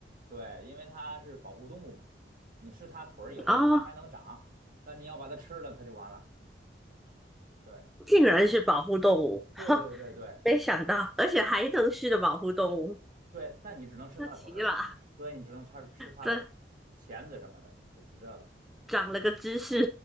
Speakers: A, on the right (about 50°); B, in the centre.
A: 对，因为它是保护动物嘛，你吃它腿儿以后，
B: 哦，
A: 它还能长，但你要把它吃了，它就完了。对，
B: 竟然是保护动物，哈，
A: 对对对对对
B: 没想到，而且还能是的保护动物，
A: 对，但你只能吃它腿儿，
B: 这奇了，
A: 所以你只能吃吃它的钳子什么的，
B: 这
A: 就吃这个。
B: 长了个知识。